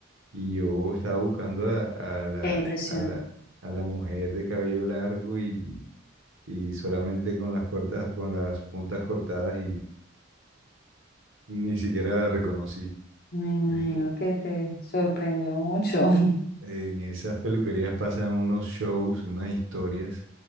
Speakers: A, on the right; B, on the left.
A: Y yo estaba buscando a, a la,
B: Qué impresión.
A: a la, a la mujer de cabello largo y, y solamente con las cortas, con las puntas cortadas y ni siquiera la reconocí.
B: Me imagino
A: Entonces,
B: que te sorprendió mucho. <laughs>
A: En esas peluquerías pasan unos shows, unas historias